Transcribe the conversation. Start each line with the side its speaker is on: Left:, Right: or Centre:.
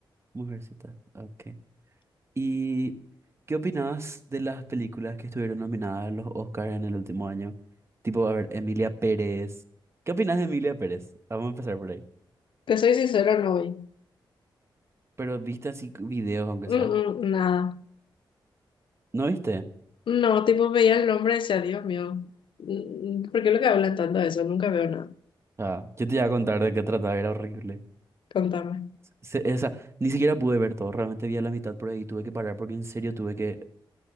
Right: Mujercita. Ok. Y ¿Qué opinás de las películas que estuvieron nominadas a los Oscars en el último año? Tipo, a ver, Emilia Pérez. ¿Qué opinás de Emilia Pérez? Vamos a empezar por ahí.
Left: Te soy sincero, no vi.
Right: Pero viste así videos, aunque
Left: Mm,
Right: sea.
Left: mm, nada.
Right: ¿No viste?
Left: No, tipo veía el nombre y decía, Dios mío, mm, ¿por qué lo que hablan tanto de eso? Nunca veo nada.
Right: Ah, yo te iba a contar de qué trataba, era horrible.
Left: Contame.
Right: Se- o sea, ni siquiera pude ver todo, realmente vi a la mitad por ahí, tuve que parar porque en serio tuve que